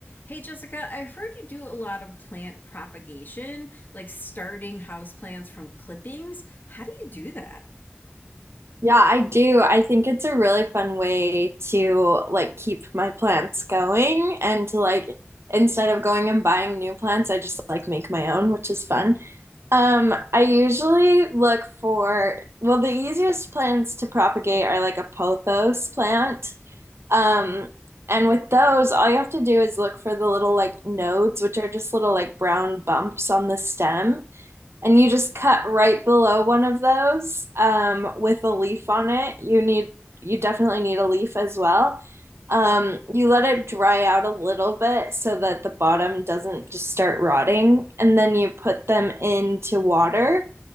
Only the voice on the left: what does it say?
Hey Jessica, I've heard you do a lot of plant propagation, like starting houseplants from clippings. How do you do that?